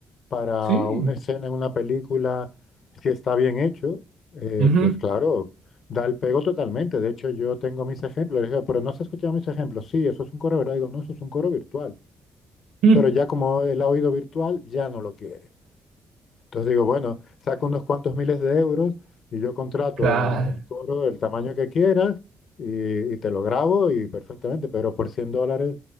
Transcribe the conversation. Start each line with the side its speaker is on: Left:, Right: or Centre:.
Left: para
Right: Sí.
Left: una escena en una película, si está bien hecho, eh,
Right: Ujú.
Left: pues claro, da el pego totalmente. De hecho, yo tengo mis ejemplos. Le digo, pero no has escuchado mis ejemplos. Sí, eso es un coro, ¿verdad? Digo, no, eso es un coro virtual.
Right: Mm.
Left: Pero ya como el oído virtual, ya no lo quiere. Entonces digo, bueno, saco unos cuantos miles de euros y yo contrato
Right: Claro.
Left: el, el coro del tamaño que quieras y, y te lo grabo y perfectamente, pero por 100 dólares